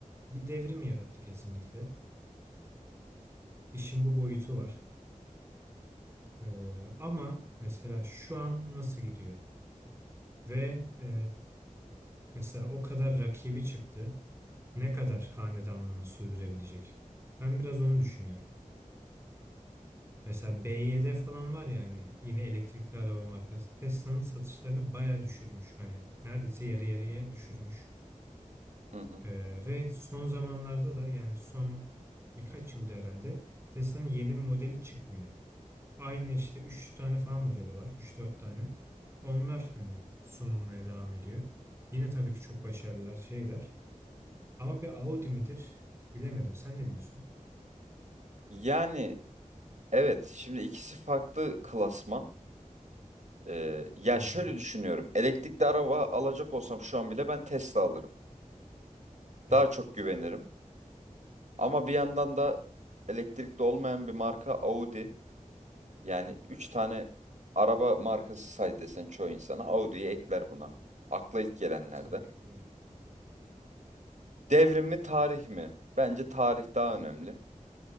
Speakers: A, on the right; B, on the right.
A: bir devrim yarattı kesinlikle. İşin bu boyutu var. Ee, ama mesela şu an nasıl gidiyor? Ve e, mesela o kadar rakibi çıktı. Ne kadar hanedanlığını sürdürebilecek? Ben biraz onu düşünüyorum. Mesela BYD falan var ya hani yine elektrikli araba markası. Tesla'nın satışlarını bayağı düşürmüş. Hani neredeyse yarı yarıya düşürmüş.
B: Hı hı.
A: Ee, ve son zamanlarda da yani son birkaç yılda herhalde Tesla'nın yeni bir modeli çıkmıyor. Aynı işte 3 tane falan modeli var. üç dört tane. Onlar hani sunulmaya devam ediyor. Yine tabii ki çok başarılılar şeyler. Ama bir Audi midir? Bilemedim. Sen ne diyorsun?
B: Yani evet, şimdi ikisi farklı klasman. Ee, ya
A: Hı
B: şöyle
A: hı.
B: düşünüyorum. Elektrikli araba alacak olsam şu an bile ben Tesla alırım.
A: Evet.
B: Daha çok güvenirim. Ama bir yandan da elektrikli olmayan bir marka Audi. Yani 3 tane araba markası say desen çoğu insana Audi'yi ekler buna. Akla ilk gelenlerden.
A: Kesinlikle.
B: Devrim mi tarih mi? Bence tarih daha önemli.